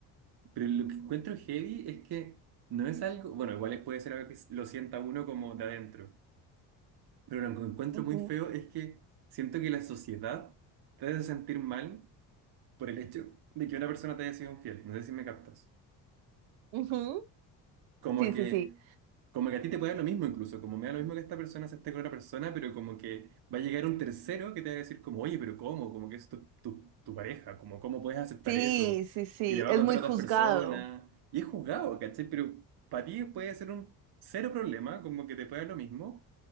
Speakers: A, on the right (about 50°); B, on the right (about 65°).
A: Pero lo que encuentro heavy es que no es algo, bueno, igual es- puede ser algo que lo sienta uno como de adentro, pero lo que encuentro
B: ujú,
A: muy feo es que siento que la sociedad te hace sentir mal por el hecho de que una persona te haya sido infiel. No sé si me captas.
B: ujú,
A: Como
B: Sí,
A: que,
B: sí, sí.
A: como que a ti te puede dar lo mismo incluso, como me da lo mismo que esta persona se esté con otra persona, pero como que va a llegar un tercero que te va a decir como, oye, pero ¿cómo? Como que es tu, tu, tu pareja, como, ¿cómo puedes aceptar
B: Sí,
A: eso?
B: sí, sí,
A: Y le va
B: es
A: a contar
B: muy
A: a
B: juzgado,
A: otras personas. Y es juzgado, ¿cachai? Pero para ti puede ser un cero problema, como que te puede dar lo mismo,